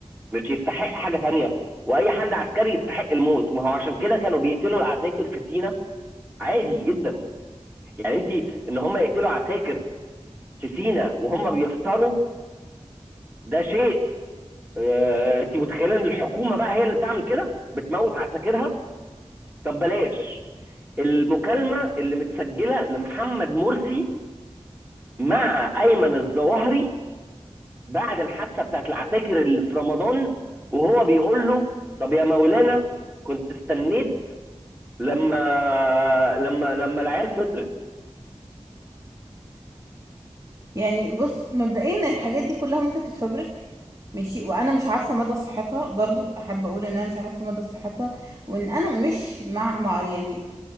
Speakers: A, on the right (about 15°); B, on the right (about 30°).
A: مش يستحق حاجه تانيه واي حد عسكري يستحق الموت ما هو عشان كده كانوا بيقتلوا العساكر في سينا عادي جدا يعني انت ان هم يقتلوا عساكر في سينا وهم بيفطروا ده شيء آه، انت متخيله ان الحكومه بقى هي اللي بتعمل كده بتموت عساكرها طب بلاش المكالمه اللي متسجله لمحمد مرسي مع ايمن الظواهري بعد الحادثه بتاعت العساكر اللي في رمضان وهو بيقول له طب يا مولانا كنت استنيت لما لما لما العيال فطرت
B: يعني بص مبدئيا الحاجات دي كلها ممكن تتفبرك ماشي وانا مش عارفه مدى صحتها برضو احب اقول ان انا مش عارفه مدى صحتها وان انا مش مع مع يعني